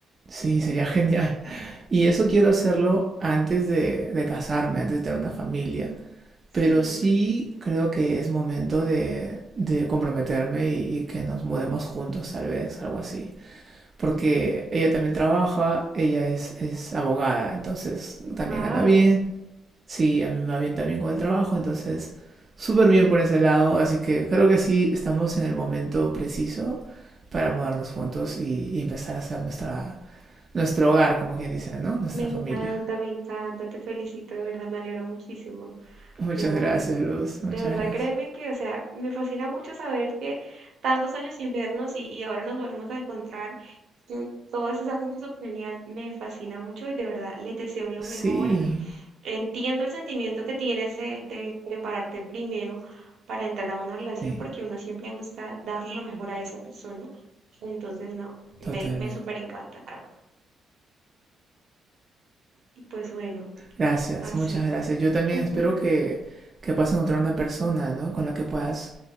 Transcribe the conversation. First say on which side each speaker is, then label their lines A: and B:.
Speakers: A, on the right; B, on the right.
A: sí, sería <laughs> genial. Y eso quiero hacerlo antes de, de casarme, antes de tener una familia pero
B: Sí,
A: sí creo que es momento de, de comprometerme y, y que nos mudemos juntos, tal vez, algo así. Porque ella también trabaja, ella es, es abogada, entonces también
B: wow.
A: gana bien. Sí, a mí me va bien también con el trabajo, entonces súper bien por ese lado. Así que creo que sí estamos en el momento preciso para mudarnos juntos y, y empezar a hacer nuestra, nuestro hogar, como quien dice, ¿no? Nuestra
B: Me encanta,
A: familia.
B: me encanta, te felicito, de verdad, me alegro muchísimo.
A: <laughs> Muchas
B: Yo,
A: gracias, Luz. Muchas
B: de verdad,
A: gracias.
B: créeme que, o sea, me fascina mucho saber que tantos años sin vernos y, y ahora nos volvemos a encontrar. que Todo eso es algo súper genial, me fascina mucho y de verdad les deseo lo
A: Sí,
B: mejor. Entiendo el sentimiento que tienes de, de prepararte primero para entrar a una relación
A: sí.
B: porque uno siempre busca darle lo mejor a esa persona. Entonces, no, me,
A: Totalmente.
B: me súper encanta, Carla. Y pues bueno,
A: Gracias,
B: así.
A: muchas gracias. Yo también
B: <laughs>
A: espero que, que puedas encontrar una persona, ¿no? Con la que puedas